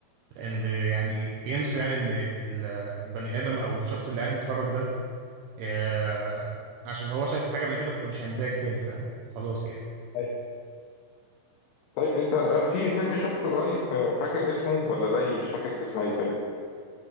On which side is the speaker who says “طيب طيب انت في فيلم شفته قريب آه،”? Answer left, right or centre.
Left